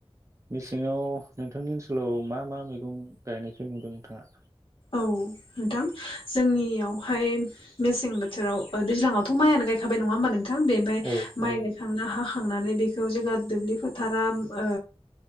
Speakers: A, on the right; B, on the left.
A: मेसेङाव नोंथांनि ओनसोलाव मा मा मैगं गायनायखौ नुदों नोंथाङा?
B: औ नोंथां जोंनियावहाय मेसें <unintelligible> <unintelligible>
A: औ
B: <unintelligible>
A: औ
B: खांनानै बेखौ जेब्ला दुब्लि फोथारा ओ